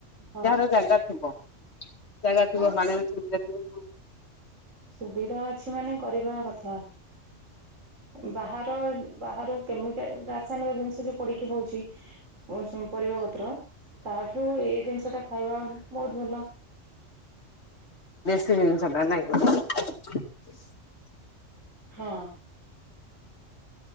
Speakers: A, on the right (about 75°); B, on the left (about 55°).
A: ହଁ
B: ଯହାର ଜାଗା ହଁ। <inaudible> ଜାଗା ଥିବ,
A: ହଁ
B: ପାଣି ଅସୁବିଧା ଥିବ।
A: ସୁବିଧା ଅଛି ମାନେ କରିବା କଥା ବାହାର ବାହର। <unintelligible> ସାନ ଜିନିଷ ଯୋଉ ପଡିକି ହଉଛି। ଓ ହୋ ପରିବାପତ୍ର। ତାଠୁ ଏଇ ଜିନିଷ ଟା ଖାଇବା ବହୁତ ଭଲ।
B: ସେ। <unintelligible>
A: ହଁ।